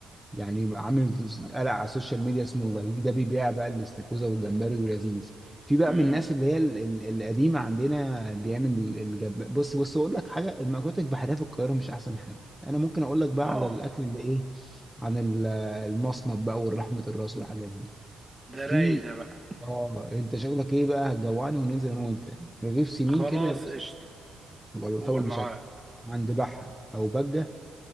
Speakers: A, in the centre; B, on the right.
A: يعني يبقى عامل قلق على السوشيال ميديا اسمه بهيج ده بيبيع بقى الاستاكوزا والجمبري ولذيذ في بقى
B: امم
A: من الناس اللي هي ال- ال- القديمه عندنا بيعمل الجب... بص بص اقول لك حاجه المأكولات البحريه في القاهره مش احسن حاجه انا ممكن اقول لك بقى
B: اه
A: على الاكل اللي ايه عن ال- المصمت بقى والرحمه الراس والحاجات دي
B: ده
A: في
B: رايق ده بقى
A: اه انت شكلك ايه بقى هتجوعني وننزل انا وانت رغيف سمين
B: خلاص
A: كده يا باشا
B: قشطة
A: ولا
B: قول
A: طبق مشكل
B: معاك
A: عند بحة او بجة